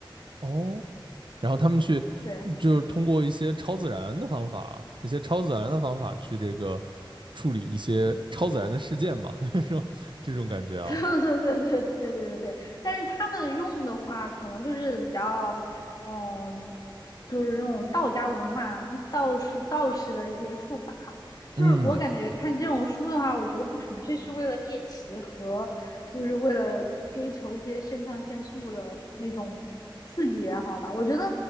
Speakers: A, on the right; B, on the left.
A: 哦，然后他们去
B: 对，
A: 就是通过一些超自然的方法，一些超自然的方法去这个处理一些超自然的事件吧，<laughs> 是吧？这种感觉啊，
B: <laughs> 对对对对对对对但是他们用的话，可能就是比较，嗯，就是那种道家文化、道士道士的一些术法。就是我感觉看这种书的话，
A: 嗯
B: 我觉得不纯粹是为了猎奇和就是为了追求一些肾上腺素的那种刺激也好吧。我觉得